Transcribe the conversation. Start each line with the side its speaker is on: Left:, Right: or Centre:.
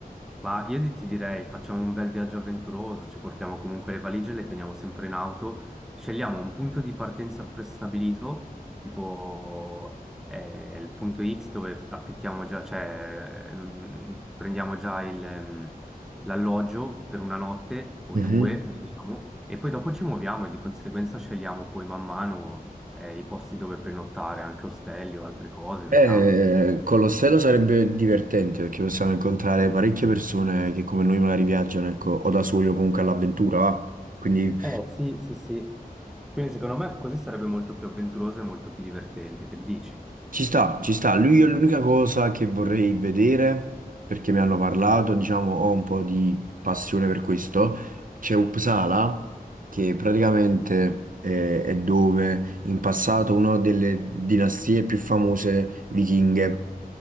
Centre: Ma io ti ti direi, facciamo un bel viaggio avventuroso, ci portiamo comunque le valigie, le teniamo sempre in auto, scegliamo un punto di partenza prestabilito, tipo eh, il punto X dove affittiamo già, cioè ehm, prendiamo già il, ehm, l'alloggio per una notte o
Right: Mhm.
Centre: due, vediamo, e poi dopo ci muoviamo e di conseguenza scegliamo poi man mano eh, i posti dove prenottare, anche ostelli o altre cose, vediamo.
Right: Eh, con l'ostello sarebbe divertente, perché possiamo incontrare parecchie persone che come noi magari viaggiano, ecco, o da soli o comunque all'avventura, va? Quindi
Centre: Eh sì, sì, sì. Quindi secondo me così sarebbe molto più avventuroso e molto più divertente, che dici?
Right: Ci sta, ci sta. Lui è l'unica cosa che vorrei vedere, perché mi hanno parlato, diciamo, ho un po' di passione per questo. C'è Uppsala, che praticamente è, è dove in passato una delle dinastie più famose vichinghe,